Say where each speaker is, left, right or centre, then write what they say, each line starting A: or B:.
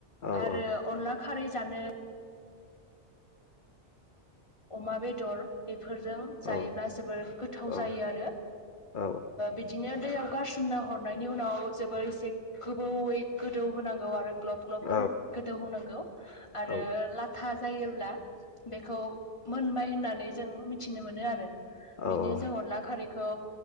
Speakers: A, on the left (about 50°); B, on the left (about 25°).
A: औ
B: आरो
A: औ
B: अनला खारै जानो अम बेदर ए बेफोरजों जायोब्ला
A: औ
B: जोबोर गोथाव
A: औ
B: जायो आरो
A: औ
B: बिदिनो दैयाव गारसोमना हरनायनि उनाव जोबोर एसे गोबौयै गोदौ होनांगौ आरो ग्लब ग्लब
A: औ
B: गोदौ होननांगौ आरो
A: औ
B: लाथा जायोब्ला <inaudible> बेखौ मोनबाय होननानै जों मिथिनो मोनो आरो
A: औ
B: बिदिनो
A: औ
B: जों अनला खारै खौ